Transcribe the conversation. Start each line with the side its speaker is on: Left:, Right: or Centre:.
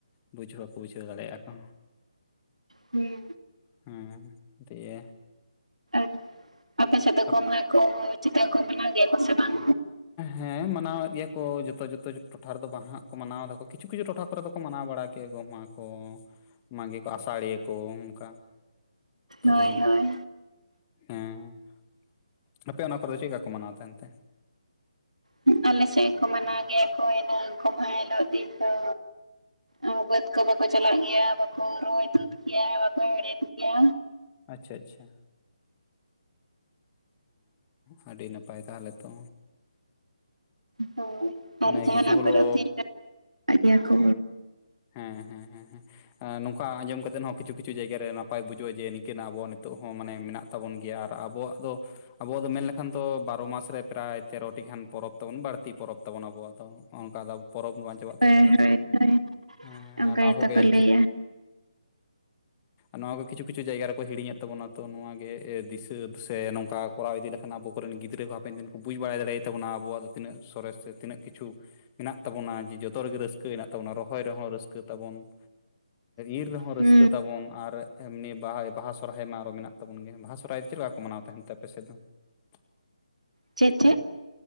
Left: ᱵᱩᱡᱽ ᱦᱚᱸ ᱵᱟᱠᱚ ᱵᱩᱡᱷᱟᱹᱣ ᱫᱟᱲᱮᱭᱟᱜ-ᱟ ᱠᱚ,
Right: ᱦᱩᱸ
Left: ᱦᱚᱸ ᱛᱤᱭᱮ᱾
Right: ᱟᱨ ᱟᱯᱮ ᱥᱮᱫ ᱫᱚ
Left: ᱟᱯ
Right: ᱠᱚ ᱢᱟᱜ ᱠᱚ ᱪᱤᱠᱟ ᱠᱚ ᱢᱟᱱᱟᱣ ᱜᱮᱭᱟ ᱠᱚ ᱥᱮ ᱵᱟᱝ?
Left: ᱦᱮᱸ ᱢᱟᱱᱟᱣᱮᱫ ᱜᱮᱭᱟ ᱠᱚ ᱡᱚᱛᱚ ᱡᱚᱛᱚ ᱡᱚ ᱴᱚᱴᱷᱟ ᱨᱮᱫᱚ ᱵᱟ ᱦᱟᱸᱜ ᱠᱚ ᱢᱟᱱᱟᱣ ᱫᱟ ᱠᱚ ᱠᱤᱪᱷᱩ ᱠᱤᱪᱷᱩ ᱴᱚᱴᱷᱟ ᱠᱚ ᱨᱮ ᱫᱚᱼᱼ ᱠᱚ ᱢᱟᱱᱟᱣ ᱵᱟᱲᱟ ᱠᱮᱜ-ᱟ ᱜᱚᱢᱦᱟ ᱠᱚ ᱢᱟᱜᱮ ᱠᱚ ᱟᱥᱟᱲᱤᱭᱟᱹ ᱠᱚ ᱚᱱᱠᱟ᱾ ᱛᱚᱜ
Right: ᱦᱳᱭ
Left: ᱫᱚ ᱵᱟᱝ᱾
Right: ᱦᱳᱭ
Left: ᱦᱮᱸ <unintelligible> ᱟᱯᱮ ᱚᱱᱟ ᱠᱚᱨᱮ ᱫᱚ ᱪᱮᱜᱠᱟ ᱠᱚ ᱢᱟᱱᱟᱣ ᱛᱟᱦᱮᱱ ᱛᱮ?
Right: ᱦᱩᱸ ᱟᱞᱮ ᱥᱮᱜ ᱠᱚ ᱢᱟᱱᱟᱣ ᱜᱮᱭᱟ ᱠᱚ ᱤᱱᱟᱹ ᱜᱚᱢᱦᱟ ᱦᱮᱞᱳᱜ ᱫᱤᱱ ᱫᱚ᱾ ᱚ ᱵᱟᱹᱛ ᱠᱚ ᱫᱚ ᱠᱚ ᱪᱟᱞᱟᱜ ᱜᱮᱭᱟ ᱵᱟᱠᱚ ᱨᱚᱦᱚᱭ ᱛᱩᱫᱽ ᱜᱮᱭᱟ ᱵᱟᱠᱚ ᱦᱮᱲᱦᱮᱫᱽ ᱜᱮᱭᱟ᱾
Left: ᱟᱪᱪᱷᱟ ᱟᱪᱷᱟ᱾ ᱚᱸ ᱟᱹᱰᱤ ᱱᱟᱯᱟᱭ ᱛᱟᱦᱚᱞᱮ ᱛᱚ᱾
Right: ᱦᱚᱭ
Left: ᱢᱟᱱᱮ
Right: ᱟᱨ ᱡᱟᱦᱟᱸ
Left: ᱠᱤᱪᱷᱩ
Right: ᱱᱟᱜ
Left: ᱦᱚᱞᱳ
Right: ᱯᱚᱨᱚᱵᱽ ᱛᱤ <inaudible> ᱫᱮᱭᱟ ᱠᱚ᱾
Left: ᱦᱮᱸ ᱦᱮᱸ ᱦᱮᱸ ᱦᱮᱸ᱾ ᱟᱸ ᱱᱚᱝᱠᱟ ᱟᱸᱡᱚᱢ ᱠᱟᱛᱮᱜ ᱦᱚᱸ ᱠᱤᱪᱷᱩ ᱠᱤᱪᱷᱩ ᱡᱟᱭᱜᱟ ᱨᱮ ᱱᱟᱯᱟᱭ ᱵᱩᱡᱩᱜ-ᱟ ᱡᱮ ᱱᱤᱝᱠᱟᱹ ᱱᱟᱜ ᱟᱵᱚ ᱱᱤᱛᱚᱜ ᱦᱚᱸ ᱢᱟᱱᱮ‌ ᱢᱮᱱᱟᱜᱼᱼ ᱛᱟᱵᱚᱱ ᱜᱮᱭᱟ ᱟᱨ ᱟᱵᱚᱣᱟᱜ ᱫᱚᱼᱼ ᱟᱵᱚ ᱫᱚ ᱢᱮᱱ ᱞᱮᱠᱷᱟᱱ ᱫᱚ ᱵᱟᱨᱚ ᱢᱟᱥ ᱨᱮ ᱯᱨᱟᱭ ᱛᱮᱨᱚ ᱴᱤ ‌ᱜᱟᱱ ᱯᱚᱨᱚᱵᱽ ᱛᱟᱵᱚᱱ ᱵᱟᱲᱛᱤ ᱯᱚᱨᱚᱵᱽ᱾ ᱛᱟᱵᱚᱱ ᱟᱵᱚᱣᱟᱜ ᱫᱚ ᱚᱝᱠᱟ ᱛᱟᱵᱽ ᱯᱚᱨᱚᱵᱽ ᱵᱟᱧᱪᱼᱼ ᱪᱟᱵᱟᱜ ᱛᱟᱵᱚᱱᱟ
Right: ᱦᱳᱭ
Left: ᱠᱤᱱᱛᱩ,
Right: ᱦᱳᱭ ᱦᱳᱭ
Left: ᱦᱮᱸ
Right: ᱚᱱᱠᱟ
Left: ᱟᱨ ᱱᱚᱣᱟ
Right: ᱜᱮᱛᱚ
Left: ᱠᱚ ᱜᱮ
Right: ᱞᱟᱹᱭᱟ
Left: ᱮᱼᱼᱠᱤ ᱱᱚᱣᱟ ᱜᱮ ᱠᱤᱪᱷᱩ ᱠᱤᱪᱷᱩ ᱡᱟᱭᱜᱟ ᱨᱮᱠᱚ ᱦᱤᱲᱤᱧᱮᱫ ᱛᱟᱵᱚᱱᱟ ᱛᱚ ᱱᱚᱣᱟ ᱜᱮ ᱮ ᱫᱤᱥᱟᱹ ᱵᱚ ᱥᱮ ᱱᱚᱝᱠᱟ ᱠᱚᱨᱟᱣ ᱤᱫᱤ ᱞᱮᱼᱼ ᱱᱟ ᱟᱵᱚ ᱨᱮᱱ ᱜᱤᱫᱽᱨᱟᱹ ᱠᱚ ᱦᱟᱯᱮᱱ ᱵᱩᱡᱽ ᱵᱟᱲᱟᱭ ᱫᱟᱲᱮᱭᱟ ᱛᱟᱵᱚᱱᱟ ᱟᱵᱚᱣᱟᱜ ᱫᱚ ᱛᱤᱱᱟᱹᱜ ᱥᱚᱨᱮᱥ ᱥᱮᱼᱼ ᱛᱤᱱᱟᱹᱜ ᱠᱤᱪᱷᱩ ᱢᱮᱱᱟᱜ ᱛᱟᱵᱚᱱᱟ ᱡᱮ ᱡᱚᱛᱚ ᱨᱮᱜᱮ ᱨᱟᱹᱥᱠᱟᱹ ᱦᱮ ᱛᱟᱵᱚᱱᱟ ᱨᱚᱦᱚᱭ ᱨᱮᱦᱚᱸ ᱨᱟᱹᱥᱠᱟᱹ ᱛᱟᱵᱚᱱ ᱤᱨ ᱨᱮᱦᱚᱸ
Right: ᱦᱩᱸ
Left: ᱨᱟᱹᱥᱠᱟᱹ ᱛᱟᱵᱚᱱ ᱟᱨ ᱮᱢᱱᱤ ᱵᱟᱦᱟ ᱵᱟᱦᱟ ᱥᱚᱨᱦᱟᱭ ᱢᱟ ᱟᱨᱚ ᱢᱮᱱᱟᱜ ᱛᱟᱵᱚᱱ ᱜᱮᱭᱟ ᱵᱟᱦᱟ ᱥᱚᱨᱚᱦᱚᱨᱟᱭ ᱨᱮ ᱪᱮᱫ ᱞᱮᱠᱟ ᱠᱚ ᱢᱟᱱᱟᱣ ᱛᱟᱦᱮᱱ ᱛᱮ ᱟᱯᱮ ᱥᱮᱫ ᱫᱚ <unintelligible>
Right: ᱪᱮᱫ ᱪᱮᱫ